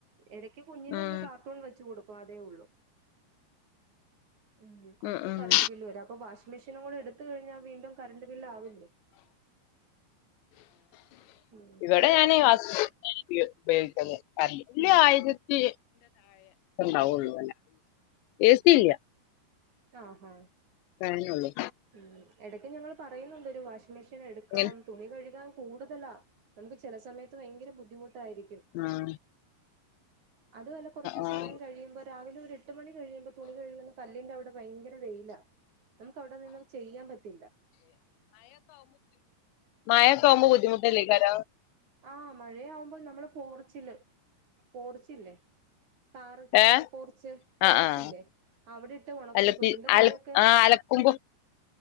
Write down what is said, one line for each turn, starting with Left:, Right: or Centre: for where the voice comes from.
Right: ഇടയ്ക്ക് കുഞ്ഞിനൊന്ന്
Left: ആഹ്
Right: ഒ കാർട്ടൂൺ വെച്ച് കൊടു വാതേ ഉള്ളൂ ഉം അത്ര
Left: ആഹ് ആഹ്.
Right: കറണ്ട് ബില്ല് വരു അപ്പ വാശ് മെഷീനു കൂടെ എടുത്ത് കഴിഞ്ഞാൽ വീണ്ടും കറണ്ട്റ് ബില് ആവില്ലേ ഉം
Left: ഇവിടെ ഞാനേ വാ <unintelligible> <unintelligible>
Right: ഉം
Left: താഴെ ക്കെ ണ്ടാവൊള്ളൂ എ സി ഇല്ല
Right: ആഹ് ഹ
Left: ഫാനൊള്ളൂ
Right: ഉം എടക്ക് ഞങ്ങള് പറയുന്നുണ്ട് ഒരു വാഷി മിഷൻ എടുക്കണം
Left: ഇങ്ങനെ
Right: തുണി കഴുകാൻ കൂടുതലാ നമുക്ക് ചെല സമയത്ത് ഭയങ്കര ബുദ്ധിമു ട്ടായിരിക്കും
Left: ആഹ്
Right: അതൊല്ല കൊർച്ച്
Left: ആഹ്
Right: സമയം കഴിയുമ്പോ രാവിലെ ഒരു എട്ട് മണി കഴിയുമ്പം തുണി കഴുകുന്ന കല്ല്ന്റെ അവിടെ ഭയങ്ക ര വെയിലാ നമുക്ക് അവിടെ നിന്നും ചെയ്യാൻ പറ്റില്ല
Left: മഴെക്കാവുമ്പോ ബുദ്ധിമുട്ടല്ലേക്കാരം
Right: ആ മഴയാവുമ്പോൾ നമ്മള് പോർച്ചില് പോർച്ചില്ലേ- കാർ കാർ
Left: ഏഹ്
Right: പോർച്ച് പോർച്ചില്ലേ
Left: ആഹ് ആഹ്
Right: അവിടെ ഇട്ട് ഒണക്കും
Left: അലത്തി
Right: കുഞ്ഞിന്റെ തുണിയൊക്കെ
Left: അല ആഹ് അലക്കുമ്പോ